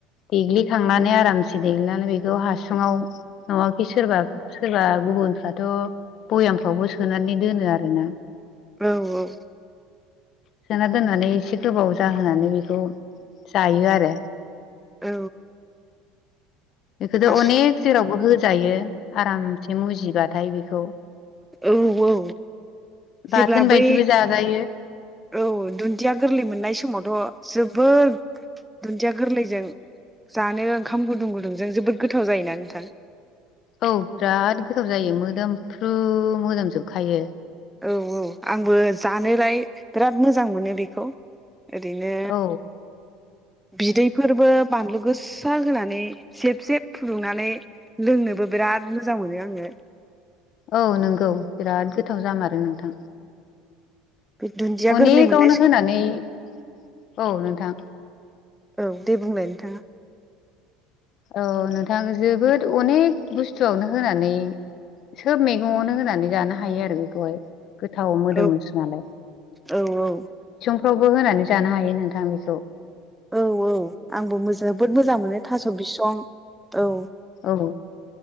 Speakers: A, on the left; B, in the centre.
A: देग्लिखांनानै आरामसे देग्लिनानै बेखौ हास बिफाङाव दावा गिसिरबा सोरबा गुबुनफ्राथ' भयामफ्रावबो सोनानै दोनो आरोना
B: औ औ
A: सोना दोननानै एसे गोबाव जाहोनानै बेखौ जायो आरो।
B: औ।
A: रो
B: हासुं
A: अनेक जेरावबो होजायो आरामसे मुजिबाथाय बेखौ
B: औ औ जेब्ला
A: बाथोन बायदिबो
B: बै
A: जाजायो
B: औ दुन्दिया गोरलै मोननाय समावथ' जोब बोर दुन्दिया गोरलैजों जानो खाम गुदुं गुदुंजों जोबोद गोथाव जायोना नोंथां
A: औ बिराद गोथाव जायो मोदोमफ्रू मोजोमजोबखायो
B: औ औ आंबो जानोलाय बिराद मोजां मोनो बेखौ ओरैनो
A: औ
B: बिदैफोरबो बानलु गोस्सा होनानै जेब जेब फुदुंनानै लों नोबो बिराद मोजां मोनो आङो।
A: औ नंगौ बिराद गोथाव जामारो नोंथां।
B: औ बे दुन्दिया
A: अनेकावनो
B: गोरलै मोननाय समाव
A: होनानै औ नोंथां
B: औ दे बुंलाय नोंथाङा
A: औ नोंथां जोबोद अनेक बुस्थुआवनो होनानै सोब मेगङावनो होनानै जानो हायो आरो बेखौहाय गोथाव मोदोमोसो
B: औ
A: नालाय
B: औ औ
A: फ्रावबो होनानै जानो हायो नोंथां बेखौ
B: औ औ आंबो मोज जोबोद मोजां मोनो थास' बिसं औ
A: औ